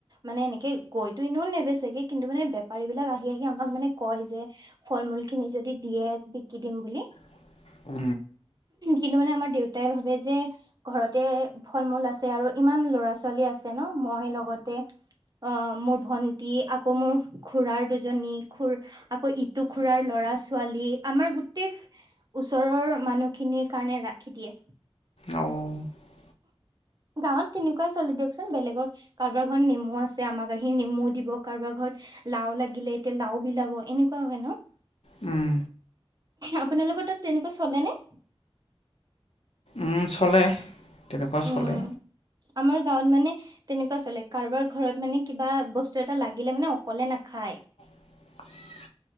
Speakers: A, on the right; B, on the left.
A: মানে এনেকে গৈতো ইনেও নেবেচগে কিন্তু মানে। বেপাৰী বিলাক আহি আহি আমাক মানে কয় যে ফল মূল খিনি যদি দিয়ে বিকি দিম বুলি।
B: <inaudible>
A: কিন্তু মানে আমাৰ দেউতাই ভাবে যে ঘৰতে ফল মূল আছে আৰু ইমান ল'ৰা ছোৱালী আছে ন মই লগতে অ মোৰ ভন্টি আকৌ মোৰ খুৰাৰ দুজনী খুৰ আকৌ ইটো খুৰাৰ ল'ৰা লৰা ছোৱালী আমাৰ গোটেই ওচৰৰ মানুহখিনিৰ কাৰণে ৰাখি দিয়ে
B: <inaudible>
A: গাঁৱত তেনেকুৱাই চলি দিয়কচোন বেলেগৰ কাৰোবাৰ ঘৰত নেমু আছে আমাক আহি নেমু দিব কাৰোবাৰ ঘৰত। লাও লাগিলে এতিয়া লাও বিলাব এনেকুৱা হয় ন।
B: উম,
A: আপোনালোকৰ তাত তেনেকুৱা চলেনে।
B: উম চলে তেনেকুৱা
A: উম
B: চলে
A: আমাৰ গাঁৱত মানে তেনেকুৱা চলে কাৰোবাৰ ঘৰত মানে কিবা বস্তু এটা লাগিলে মানে অকলে নাখায়
B: <inaudible>